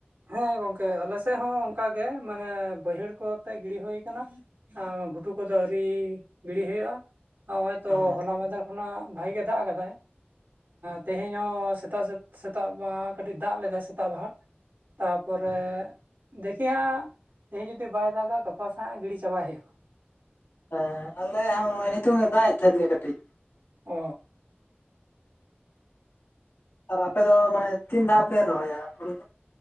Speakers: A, on the right; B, on the left.
A: ᱦᱮᱸ ᱜᱚᱝᱠᱮ ᱟᱞᱮ ᱥᱮᱫ ᱦᱚᱸ ᱚᱱᱠᱟ ᱜᱮ ᱢᱟᱱᱮ ᱵᱟᱹᱭᱦᱟᱹᱲ ᱠᱚᱛᱮ ᱜᱤᱰᱤᱤ ᱦᱩᱭ ᱟᱠᱟᱱᱟ᱾ ᱜᱷᱩᱴᱩ ᱠᱚᱫᱚ ᱟᱹᱨᱤ ᱜᱤᱲᱤ ᱦᱩᱭᱩᱜᱼᱟ, ᱦᱚᱜᱼᱚᱭ ᱛᱚ
B: ᱦᱮᱸ
A: ᱦᱚᱞᱟ ᱢᱟᱫᱷᱮᱨ ᱚᱱᱟ ᱵᱷᱟᱜᱤ ᱜᱮ ᱫᱟᱜ ᱟᱠᱟᱫᱟᱭ᱾ ᱛᱮᱦᱮᱧ ᱦᱚᱸ ᱥᱮᱛᱟᱜ ᱥᱮᱛᱟᱜ ᱠᱟᱹᱴᱤᱡ ᱫᱟᱜ ᱞᱮᱫᱟᱭ ᱥᱮᱛᱟᱜ ᱵᱟᱦᱟ᱾ ᱛᱟᱯᱚᱨᱮ ᱫᱮᱠᱷᱤ ᱦᱟᱸᱜ ᱛᱮᱦᱤᱧ ᱡᱩᱫᱤ ᱵᱟᱭ ᱫᱟᱜᱟ ᱜᱟᱯᱟᱥᱮ ᱦᱟᱸᱜ ᱜᱤᱲᱤ ᱪᱟᱵᱟᱭ ᱦᱩᱭᱩᱜᱼᱟ᱾
B: ᱦᱮᱸ ᱟᱞᱮ ᱦᱚᱸ ᱱᱚᱜᱼᱚᱭ ᱱᱤᱛᱚᱝᱮ ᱫᱟᱜ-ᱮ ᱛᱟᱦᱮᱸᱫ ᱜᱮ ᱠᱟᱹᱴᱤᱡ᱾
A: ᱚᱻ
B: ᱟᱨ ᱟᱯᱮ ᱫᱚ ᱢᱟᱱᱮ ᱛᱤᱱ ᱫᱷᱟᱣ ᱯᱮ ᱨᱚᱦᱚᱭᱟ ᱦᱩᱲᱩ ᱫᱚ?